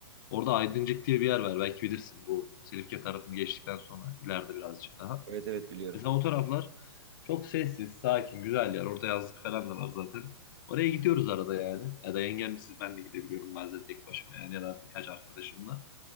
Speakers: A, on the left; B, on the right.
A: Orada Aydıncık diye bir yer var belki bilirsin bu Silifke tarafını geçtikten sonra ileride birazcık daha.
B: evet evet biliyorum.
A: Mesela o taraflar çok sessiz, sakin, güzel yer. Orada yazlık falan da var zaten. Oraya gidiyoruz arada yani. Ya da yengemsiz ben de gidebiliyorum bazen tek başıma yani ya da birkaç arkadaşımla.